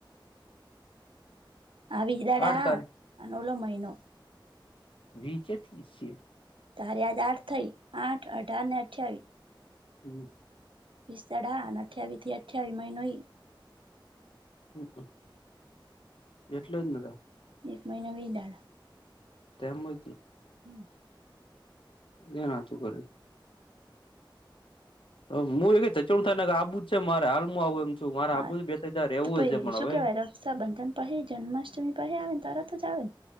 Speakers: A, on the right (about 80°); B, on the left (about 80°).
A: આ વીજ દાડા
B: આઠ તારીખ
A: આન આલો મહિનો
B: વીચે છે.
A: તાર યાદ આઠ થઈ આઠ અઢાર ને અઠ્યાવીસ
B: હમ
A: વીસ દડા અને અઠ્યાાવીસથી અઠાવીસ મહિનો ઈ
B: હ એટલે જેન
A: એક મહિના વીસ દાડા
B: તેમજ
A: હમ
B: એન તું કર તો હું એ ક ચુણ થ આવુ જ છે મારે હાલમાં આવવું એમ છું મારે આવુ
A: હા
B: જ બે ત્રણ દડા રહેવું
A: તો પહી
B: જ છે પણ
A: શું
B: હવે
A: કેવાય રક્ષાબંધન પહેે જન્માષ્ટમી પહે આવે તરત જ જા આવે